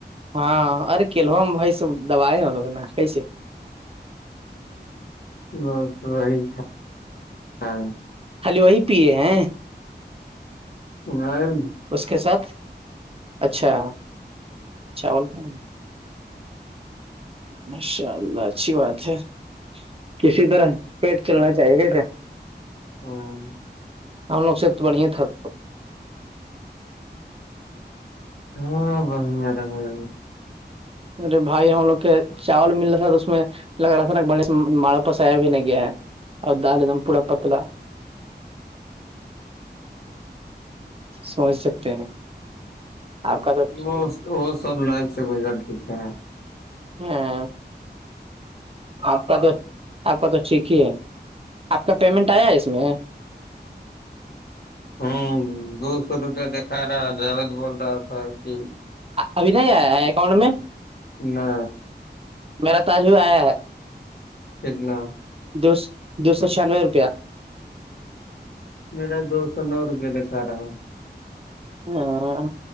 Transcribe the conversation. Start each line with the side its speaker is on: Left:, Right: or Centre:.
Right: ہاں ارے کیلو بائی سب دبائے ہیں لوگ نا کیسے
Left: بس وہیٹ ہاں
Right: خالی وہی پیے ہیں
Left: ہاں
Right: اس کے ساتھ اچھا چاول کیا ماشاء اللہ اچھی بات ہے کسی طرح پیٹ چلنا چاہیے گاے
Left: ہاں
Right: ہم لوگ سے تو بڑی تھک
Left: ہاں بڑیا رہ ہے
Right: میرے بھائی ہم لوگ کے چاول مل رہا تھا تو اس میں لگ رہا تھا ماڑا پس آیا بھی نہیں گیا ہے نم پوڑا پتل سمجھ سکتے ہیں آپ کا تو
Left: وہ وہ سب لائف سے گزر چکے ہیں
Right: ہاں آپ کا تو آپ کا تو ٹھیک ہی ہے آپ کا پیمنٹ آیا ہے اس میں
Left: ہوں دور سوروپ دیککھا رہا جاوید بول رہا تھا کہ
Right: ابھی نہیں آیا ہے اکاؤنٹ میں
Left: نہ
Right: میرا تاج بھی آیا ہے
Left: انا
Right: دو سو دو سو چھیانوے روپیہ
Left: میرا دو سو نو روپئے دکھا رہا ہے
Right: ہاں